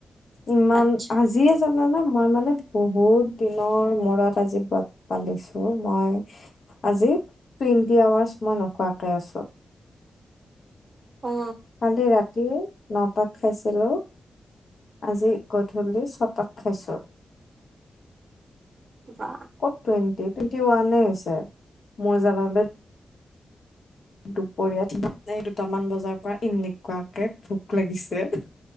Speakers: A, on the left; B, on the right.
A: ইমান
B: আচ্ছা।
A: আজি জানা নে মই মানে বহুত দিনৰ মূৰত আজি ব্ৰত পালিছো মই আজি টুৱেণ্টি আৱাৰ্চ মই নোখোৱাকে আছো।
B: অ
A: কালি ৰাতিও নটাত খাইছিলোঁ আজি গধূলি ছটাত খাইছো
B: বা
A: অ টুৱেণ্টি টুৱেণ্টি ওৱানে হৈছে মোৰ জাবা লৈ দুপৰীয়াত মানে দুটামান বজাৰ পৰা এনেকুৱাকে ভোক লাগিছে